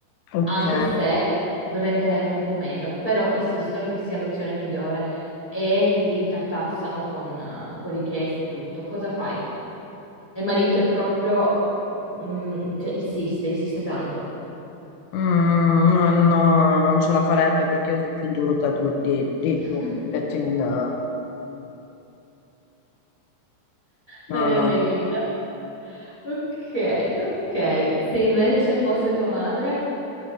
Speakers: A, on the left (about 80°); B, on the left (about 35°).
A: ok.
B: anche se renderebbe un po' meno, però insistono che sia l'opzione migliore e ti tartassano con, eh, con richieste e tutto. Cosa fai? E il marito è proprio, mm, cioè, insiste, insiste tanto.
A: Mm, no, no, non ce la farebbe perché io sono più duro da due, di, di
B: <laughs>
A: due, detto in... eh, No,
B: Non glielo
A: no,
B: dai vinta. Ok, ok. Se invece fosse tua madre?